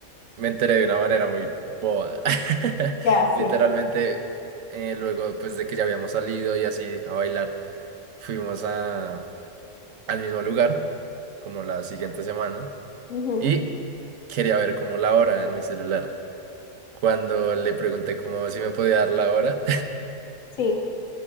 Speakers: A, on the right; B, on the left.
A: me enteré de una manera muy boba. <laughs>
B: Ya, sí.
A: Literalmente, eh, luego pues de que ya habíamos salido y así a bailar, fuimos a, al mismo lugar, como la siguiente semana,
B: Ujú,
A: y quería ver como la hora en mi celular. Cuando le pregunté como si me podía dar la hora,
B: Sí.